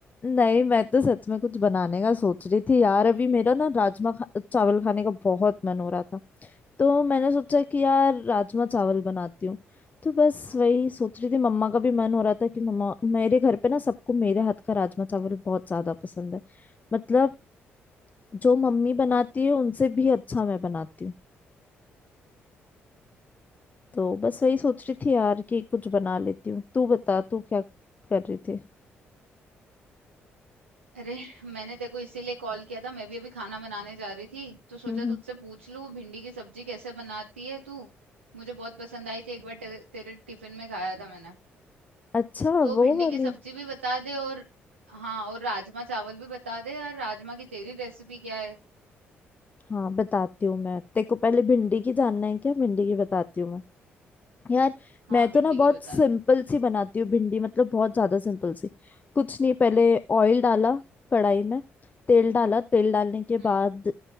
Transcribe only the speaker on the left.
नहीं मैं तो सच में कुछ बनाने का सोच रही थी यार अभी मेरा ना राजमा खा, चावल खाने का बहुत मन हो रहा था तो मैंने सोचा कि यार राजमा चावल बनाती हूँ तो बस वही सोच रही थी मम्मा का भी मन हो रहा था कि मम्मा मेरे घर पे ना सबको मेरे हाथ का राजमा चावल बहुत ज्यादा पसंद है मतलब जो मम्मी बनाती है उनसे भी अच्छा मैं बनाती हूँ तो बस वही सोच रही थी यार कि कुछ बना लेती हूँ तू बता तू क्या कर रही थी
हम्म हम्म।
अच्छा
वो
वाली
हाँ बताती हूँ मैं तेरे को पहले भिंडी की जानना है क्या भिंडी की बताती हूँ मैं यार
मैं तो
ना बहुत
सिंपल
सी बनाती हूँ भिंडी मतलब बहुत ज्यादा सिंपल सी कुछ नहीं पहले ऑयल डाला कढ़ाई में तेल डाला तेल डालने के
बाद